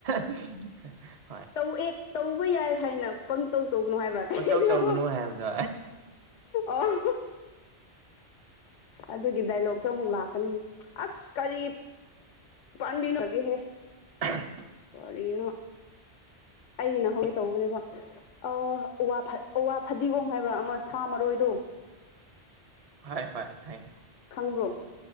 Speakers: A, on the right (about 45°); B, on the left (about 85°).
A: <unintelligible>
B: ꯇꯧ ꯑꯦ ꯇꯧꯕ ꯌꯥꯏ ꯍꯥꯏꯅ ꯄꯪꯇꯧ ꯇꯧꯕꯒꯅꯨ ꯍꯥꯏꯕ꯭ꯔꯥ ꯀꯅꯣ
A: ꯄꯪꯇꯧ ꯇꯧꯒꯅꯨ ꯍꯥꯏꯕꯗꯣ
B: ꯑꯣ ꯑꯗꯨꯒꯤ ꯗꯥꯏꯂꯣꯛꯇꯣ ꯑꯃꯨꯛ ꯂꯥꯛꯀꯅꯤ ꯑꯁ ꯀꯔꯤ ꯄꯥꯟꯕꯤꯅꯣ ꯒꯦ ꯍꯦ
A: ꯎꯝ
B: ꯀꯔꯤꯅꯣ ꯑꯩꯅ ꯍꯧꯒꯦ ꯇꯧꯕꯅꯦꯕ ꯑꯥ ꯑꯋꯥ ꯐꯗꯤꯒꯣꯝ ꯍꯥꯏꯕ꯭ꯔꯥ ꯑꯃ ꯁꯥ ꯃꯔꯣꯏꯗꯣ
A: ꯍꯣꯏ ꯍꯣꯏ ꯈꯪꯉꯦ
B: ꯈꯪꯕ꯭ꯔꯣ